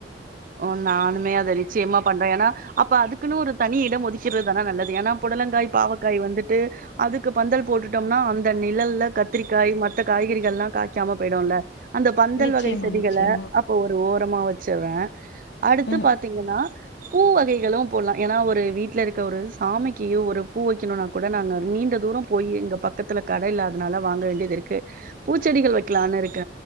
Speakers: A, on the right (about 50°); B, on the left (about 80°).
A: ஓ நானுமே அத நிச்சயமா பண்ற ஏன்னா அப்ப அதுக்குன்னு ஒரு தனி இடம் ஒதிக் வைக்கிறது தான நல்லது ஏன்னா புடலங்காய் பாவக்காய் வந்துட்டு அதுக்கு பந்தல் போட்டுடும்னா அந்த இந்த நிழல்ல கத்திரிக்காய் மத்த காய்கறிகள் எல்லா காய்க்காம போய்டும்ல அந்த பந்தல்
B: நிச்சயமா,
A: வகை செடிகள
B: நிச்சயமா.
A: அப்போ ஒரு ஓரமா வச்சுற அடுத்து
B: ம்.
A: பாத்தீங்கன்னா பூ வகைகளும் போடலா ஏன்னா ஒரு வீட்டுல இருக்க ஒரு சாமிக்கு ஒரு பூ வைக்கணும்னா கூட நாங்க நீண்ட தூர போய் இங்க பக்கத்துல கடை இல்லாதனால வாங்க வேண்டியது இருக்கு பூச்செடிகள் வைக்கலான்னு இருக்க